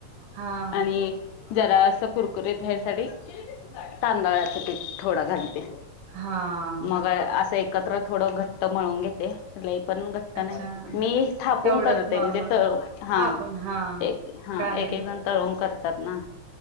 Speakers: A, on the right; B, on the left.
A: हां,
B: आणि जरा असं, कुरकुरीत व्हाय
A: हं,
B: साठी. तांदळाच पीठ थोडं घालते.
A: हां.
B: मग, असं एक एकत्र थोडं घ घट्ट मळून घेते. लय पण घट्ट
A: अच्छा,
B: नाही. मी थापून
A: तेवढंच
B: करते.
A: नॉर्मल
B: म्हणजे तळ हा.
A: थापून हां,
B: एक हा.
A: कळालं
B: एक, एक जण तळून करतात ना.